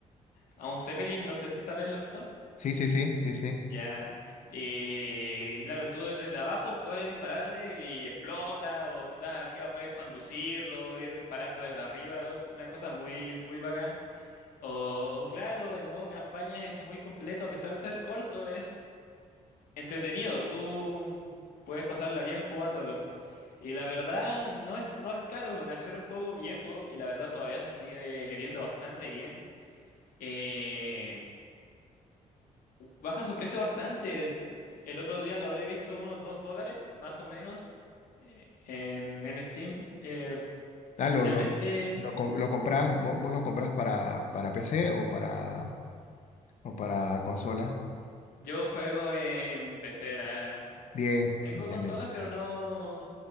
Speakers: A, on the left (about 80°); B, on the left (about 60°).
A: a un Zeppelin, no sé si sabes los que son.
B: Sí, sí, sí, sí, sí.
A: Ya. Eh, Y, claro, tú desde abajo puedes dispararle y explota, o si estás arriba puedes conducirlo, ir disparando desde arriba, una cosa muy, muy bacán. O, o claro, el modo campaña es muy completo, a pesar de ser corto, es entretenido. Tú mm, puedes pasarla bien jugándolo. Y la verdad, no es, no es caro por ser un juego viejo, y la verdad todavía se sigue viendo bastante bien. Eh, Baja su precio bastante. El otro día lo habré visto unos 2 dólares, más o menos, en, en Steam. Eh,
B: Ah, lo,
A: finalmente,
B: lo, lo, com- lo compras, vos, vos lo compras para, para PC o para, o para consola.
A: yo juego en PC. la-
B: Bien,
A: Tengo
B: bien,
A: consolas,
B: bien.
A: pero no,